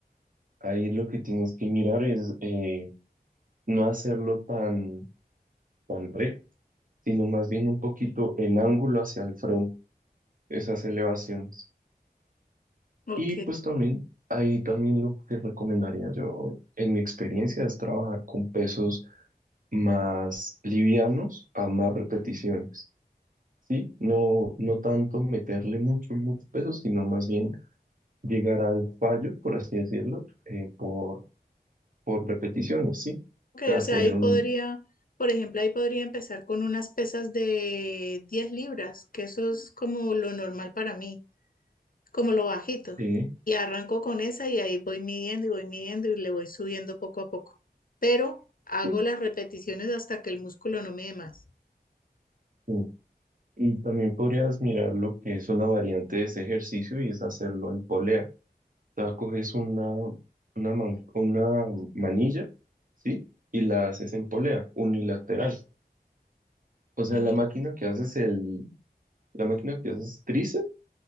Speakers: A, on the right; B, on the left.
A: Ahí lo que tienes que mirar es eh, no hacerlo tan, tan recto, sino más bien un poquito en ángulo hacia el frente, esas elevaciones.
B: ok,
A: Y pues también, ahí también lo que recomendaría yo, en mi experiencia, es trabajar con pesos más livianos a más repeticiones, ¿sí? No, no tanto meterle mucho, mucho peso, sino más bien llegar al fallo, por así decirlo, eh, por, por repeticiones, ¿sí?
B: ok,
A: O hacer
B: o sea, ahí
A: un...
B: podría, por ejemplo, ahí podría empezar con unas pesas de 10 libras, que eso es como lo normal para mí. como lo bajito.
A: Sí,
B: Y arranco con esa y ahí voy midiendo y voy midiendo y le voy subiendo poco a poco. Pero hago
A: sí,
B: las repeticiones hasta que el músculo no me dé más.
A: sí. Y también podrías mirar lo que es una variante de ese ejercicio y es hacerlo en polea. sea, coges una, una, man- una manilla, ¿sí? Y la haces en polea, unilateral. O sea,
B: Mm.
A: la máquina que haces el, la máquina que haces tríceps,